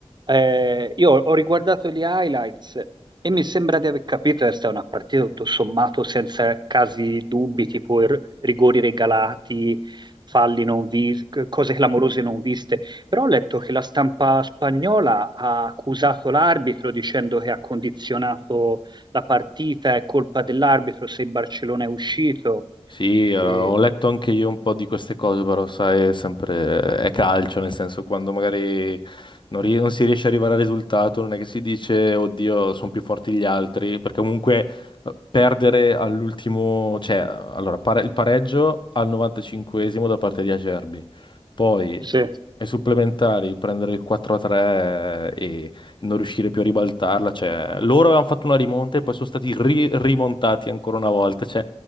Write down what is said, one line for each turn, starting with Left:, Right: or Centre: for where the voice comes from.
Right: eh, io ho riguardato gli highlights e mi sembra di aver capito che sta una partita tutto sommato senza casi dubbi, tipo er- rigori regalati, falli non visti, cose clamorose non viste. Però ho letto che la stampa spagnola ha accusato l'arbitro dicendo che ha condizionato la partita, è colpa dell'arbitro se il Barcellona è uscito.
Left: Sì, eh, ho
Right: E-
Left: letto anche io un po' di queste cose, però sai, è sempre è calcio, nel senso quando magari non, ri- non si riesce ad arrivare al risultato, non è che si dice, oddio, sono più forti gli altri, perché comunque eh, perdere all'ultimo, cioè, allora, pare- il pareggio al 95esimo da parte di Acerbi, poi
Right: Sì,
Left: ai supplementari prendere il 4-3 e non riuscire più a ribaltarla, cioè loro avevano fatto una rimonta e poi sono stati ri- rimontati ancora una volta, cioè